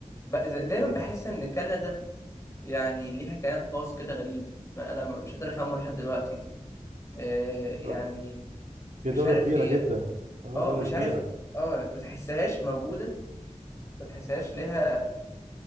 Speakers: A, on the left; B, on the right.
A: بقى زي- دايما
B: مم.
A: بحس إن كندا يعني ليها كيان خاص كده غريب ما أنا مش قادر أفهمه لحد دلوقتي آه يعني
B: آه. هي
A: مش
B: دولة
A: عارف
B: كبيرة
A: هي
B: جدا اه
A: أه
B: دولة
A: مش
B: كبيرة
A: عارف أه ما تحسهاش موجودة ما تحسهاش ليها